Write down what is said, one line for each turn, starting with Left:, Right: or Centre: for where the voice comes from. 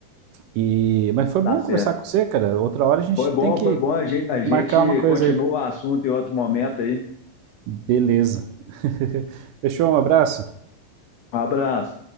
Right: E... Mas foi bom
Left: Tá certo.
Right: conversar com você, cara. Outra hora a gente
Left: Foi bom,
Right: tem que
Left: foi bom. A gente, a
Right: marcar
Left: gente
Right: uma coisa
Left: continua
Right: aí.
Left: o assunto em outro momento aí.
Right: Beleza. <laughs> Fechou? Um abraço.
Left: Um abraço.